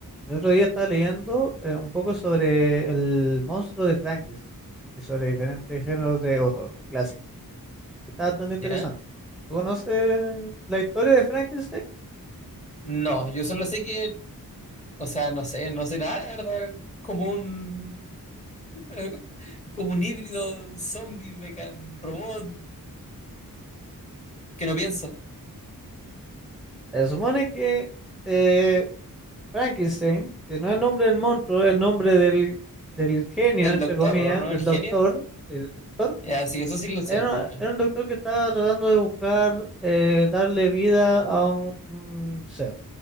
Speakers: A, in the centre; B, on the left (about 20°).
A: El otro día estaba leyendo eh, un poco sobre el monstruo de Frankenstein y sobre diferentes géneros de horror clásico. Y está bastante
B: ¿Ya?
A: interesante. ¿Tú conoces la historia de Frankenstein?
B: No, yo solo sé que, o sea, no sé, no sé nada, la verdad. Es Como un, <laughs> como un híbrido zombie, meca- robot que no piensa.
A: Se supone que eh, Frankenstein, que no es el nombre del monstruo, es el nombre del, del genio,
B: Del
A: entre
B: doctor,
A: comillas,
B: ¿o ¿no?
A: del
B: El genio.
A: doctor, eh, del doctor
B: Ya, sí, eso sí lo sé.
A: era,
B: Ajá.
A: era un doctor que estaba tratando de buscar eh, darle vida a un, un ser.